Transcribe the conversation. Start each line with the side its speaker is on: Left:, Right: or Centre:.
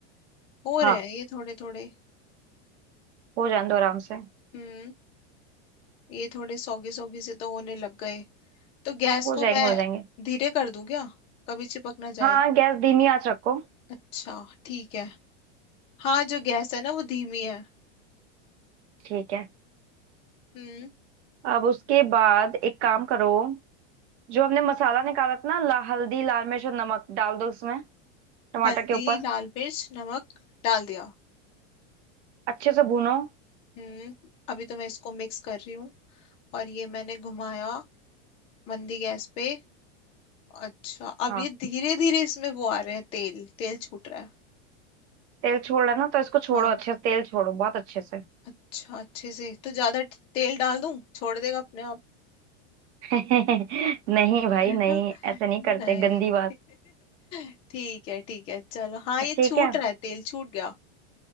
Left: हो रहे
Right: हाँ
Left: हैं ये थोड़े थोड़े
Right: हो जाने दो आराम से
Left: हम्म ये थोड़े सौगी सौगी से तो होने लग गए तो गैस
Right: हो जाएंगे
Left: को मैं
Right: हो जाएंगे
Left: धीरे कर दूं क्या कभी चिपक ना जाए
Right: हाँ गैस धीमी आंच रखो
Left: अच्छा ठीक है हाँ जो गैस है ना वो धीमी है
Right: ठीक है
Left: हम्म
Right: अब उसके बाद एक काम करो जो हमने मसाला निकाला था ना ला, हल्दी लाल मिर्च और नमक डाल दो उसमें टमाटर
Left: हल्दी
Right: के ऊपर
Left: लाल मिर्च नमक डाल दिया
Right: अच्छे से भूनो
Left: हम्म अभी तो मैं इसको मिक्स कर रही हूँ और ये मैंने घुमाया मंदी गैस पे अच्छा अब
Right: हाँ
Left: ये धीरे धीरे इसमें वो आ रहे हैं तेल तेल छूट रहा है
Right: तेल छोड़ रहा है ना तो इसको छोड़ो
Left: हाँ
Right: अच्छे से तेल छोड़ो बहुत अच्छे से
Left: अच्छा अच्छे से तो ज्यादा ट- तेल डाल दूं छोड़ देगा अपने आप
Right: <laughs> नहीं भाई
Left: है
Right: नहीं
Left: ना
Right: ऐसे नहीं
Left: नहीं
Right: करते गंदी बात
Left: <laughs> ठीक है ठीक है चलो हाँ
Right: ठीक
Left: ये छूट
Right: है
Left: रहा है तेल छूट गया